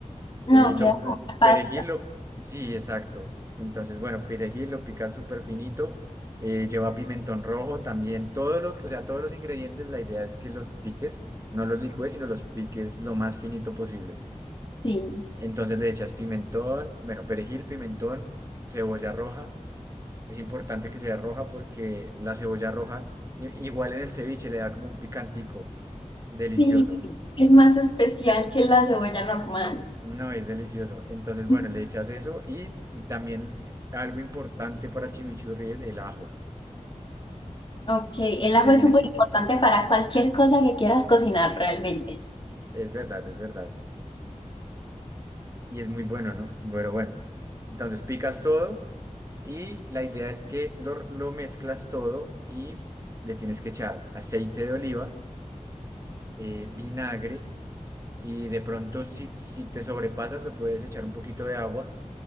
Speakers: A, on the left (about 40°); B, on the right (about 25°).
A: No,
B: Eh,
A: queda
B: lo,
A: como una pasta.
B: perejil, lo, sí, exacto. Entonces, bueno, perejil lo picas súper finito, eh, lleva pimentón rojo también, todo lo que, o sea, todos los ingredientes, la idea es que los piques, no los licúes, sino los piques lo más finito posible.
A: Sí,
B: Entonces le echas pimentón, bueno, perejil, pimentón, cebolla roja. Es importante que sea roja porque la cebolla roja, i- igual en el ceviche, le da como un picantico delicioso.
A: sí. Es más especial que la cebolla normal.
B: No, es delicioso. Entonces, bueno,
A: Ujú.
B: le echas eso y, y también eh, algo importante para el chimichurri es el ajo.
A: Ok, el ajo
B: Le
A: es
B: tienes,
A: súper importante para cualquier cosa que quieras cocinar realmente.
B: es verdad, es verdad. Y es muy bueno, ¿no? Bueno, bueno. Entonces picas todo y la idea es que lo, lo mezclas todo y le tienes que echar aceite de oliva, eh, vinagre y de pronto si, si te sobrepasas le puedes echar un poquito de agua,